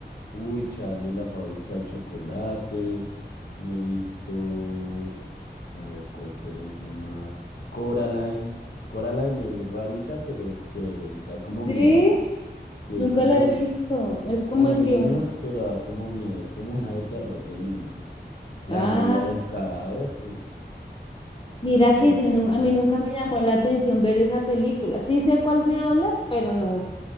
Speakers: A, on the left; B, on the left.
A: Uy, Charlie, la fábrica de chocolates, me he visto, a ver cuál te digo más, Coraline. Coraline es rarita, pero es chévere, da como
B: Sí,
A: miedo. Sí,
B: nunca
A: es como
B: lo he
A: en,
B: visto.
A: es
B: Es
A: como
B: como
A: de niños,
B: que, un-
A: pero da como miedo, es como una de terror de niños. La
B: ah,
A: novia del cadáver, uf, una
B: mira que
A: película
B: yo no, a mí nunca me llamó la atención ver esa película. Sí sé cuál me hablas, pero no.